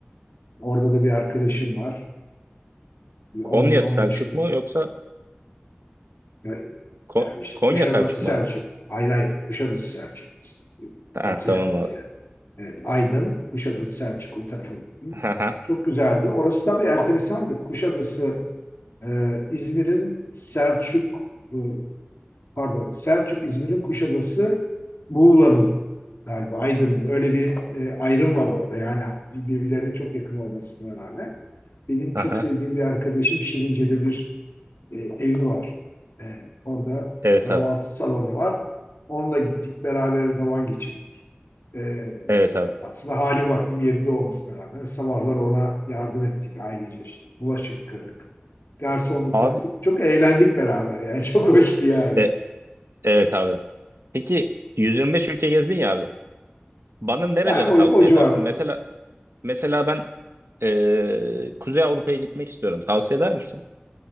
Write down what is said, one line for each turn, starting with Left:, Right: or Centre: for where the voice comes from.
Left: Orada da bir arkadaşım var. Bir
Right: Konya
Left: 10 gün 15
Right: Selçuk
Left: gün
Right: mu yoksa
Left: Ya-
Right: Ko-
Left: Yani işte
Right: Konya
Left: Kuşadası
Right: Selçuk
Left: Selçuk.
Right: mu abi?
Left: Hayır hayır Kuşadası Selçuk.
Right: Ha,
Left: Batıya
Right: tamam
Left: batıya.
Right: abi.
Left: Evet Aydın, Kuşadası Selçuk o tarafa gittim.
Right: Aha,
Left: Çok güzeldi. Orası tabii enteresandır. Kuşadası e, İzmir'in Selçuk e, pardon Selçuk İzmir'in Kuşadası Muğla'nın galiba Aydın'ın öyle bir e, ayrım var orada. Yani birbirlerine çok yakın olmasına rağmen. Benim çok
Right: aha.
Left: sevdiğim bir arkadaşım Şirince'de bir e, evi var. E, orada
Right: Evet
Left: kahvaltı
Right: abi.
Left: salonu var. Onunla gittik beraber zaman geçirdik. E,
Right: Evet abi.
Left: aslında hali vaktim yerinde olmasına rağmen sabahları ona yardım ettik ailece. Bulaşık yıkadık. Garsonluk
Right: Abi,
Left: yaptık. Çok eğlendik beraber yani. <laughs> Çok hoştu yani.
Right: e- evet abi. Peki 125 ülke gezdin ya abi. Bana nereleri
Left: Yani o,
Right: tavsiye
Left: o civar
Right: edersin? Mesela mesela ben eee, Kuzey Avrupa'ya gitmek istiyorum. Tavsiye eder misin?